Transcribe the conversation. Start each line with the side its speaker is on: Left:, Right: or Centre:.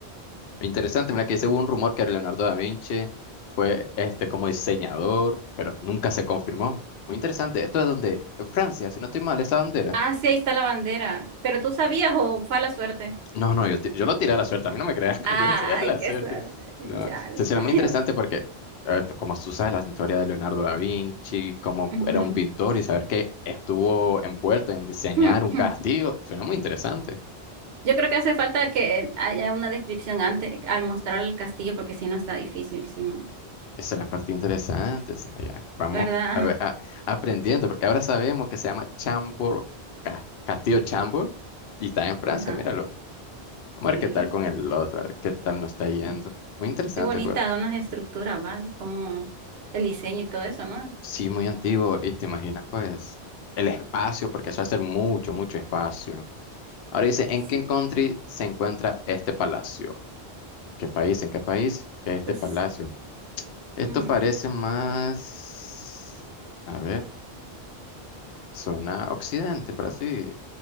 Left: Interesante, mira que según un rumor que Leonardo da Vinci fue este como diseñador, pero nunca se confirmó. Muy interesante. Esto es donde, en Francia, si no estoy mal, esa bandera.
Right: Ah, sí, ahí está la bandera. ¿Pero tú sabías o fue a la suerte?
Left: No, no, yo, ti- yo lo tiré a la suerte, a mí no me crean, <laughs>
Right: Ay,
Left: yo lo tiré a la
Right: qué
Left: suerte.
Right: suerte.
Left: No,
Right: Chale.
Left: entonces era
Right: <laughs>
Left: muy interesante porque, eh, t- como tú sabes, la historia de Leonardo da Vinci, cómo
Right: Ujú.
Left: era un pintor y saber que estuvo envuelto en diseñar
Right: <clears throat>
Left: un castillo, suena muy interesante.
Right: Yo creo que hace falta que haya una descripción antes al mostrar el castillo, porque si no está difícil, si no,
Left: Esa es la parte interesante, Snaya. Vamos
Right: ¿verdad?
Left: a ver-
Right: <laughs>
Left: a- aprendiendo, porque ahora sabemos que se llama Chambord, Ca- Castillo Chambord, y está en Francia,
Right: Ajá,
Left: míralo. Vamos
Right: sí.
Left: a ver qué tal con el otro, a ver qué tal nos está yendo. Muy interesante
Right: Qué bonita
Left: el juego.
Right: son las estructuras, ¿va? Como el diseño y todo eso, ¿no?
Left: Sí, muy antiguo, y te imaginas, pues, el espacio, porque eso va a ser mucho, mucho espacio. Ahora dice, ¿en
Right: Sí.
Left: qué country se encuentra este palacio? ¿Qué país? ¿En qué país? Este
Right: Pues,
Left: palacio. Esto
Right: mm,
Left: parece más... A ver. zona Occidente para sí.